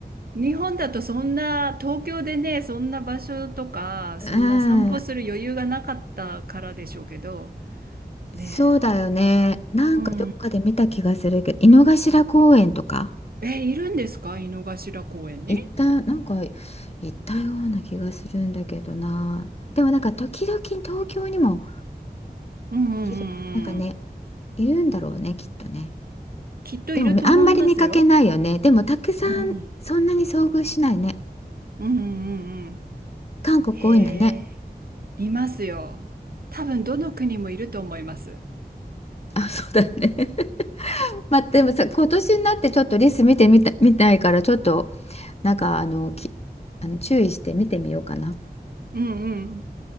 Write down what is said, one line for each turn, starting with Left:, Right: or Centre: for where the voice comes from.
Right: 日本だとそんな、東京でね、そんな場所とか、
Left: うん、
Right: そんな散歩する余裕がなかったからでしょうけど、ね
Left: そうだよね。なんかどっかで見た気がするけど、
Right: え、うん。
Left: 井の頭公園とか
Right: え、いるんですか井の頭公園に
Left: 行った、なんか行ったような気がするんだけどな。でもなんか時々東京にも
Right: うんうんう
Left: いる、なんかね、
Right: んうん。
Left: いるんだろうね、きっとね。
Right: きっといると思いますよ。
Left: でもあんまり見かけないよね。でもたくさんそんなに遭遇しないね。
Right: うん。うんうんうんうん。
Left: 韓国多いんだね。
Right: へえ。いますよ。多分どの国もいると思います。
Left: あ、そうだね。<laughs> まあ、でもさ、今年になってちょっとリス見てみた、見たいから、ちょっとなんかあのきあの注意して見てみようかな。
Right: うんうん。